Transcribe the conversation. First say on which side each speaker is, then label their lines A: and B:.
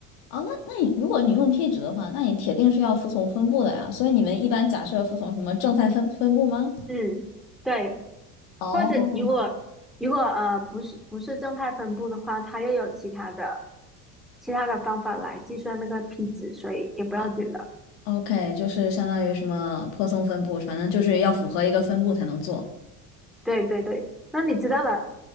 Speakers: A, on the left; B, in the centre.
A: 哦，那那你如果你用 P 值的话，那你铁定是要服从分布的呀。所以你们一般假设服从什么正态分分布吗？
B: 嗯，对。
A: 哦，
B: 或者如果如果呃不是不是正态分布的话，它又有其他的。其他的方法来计算那个 p 值，所以也不要紧的。
A: 呃，OK，就是相当于什么泊松分布，反正就是要符合一个分布才能做。
B: 对对对，那你知道了，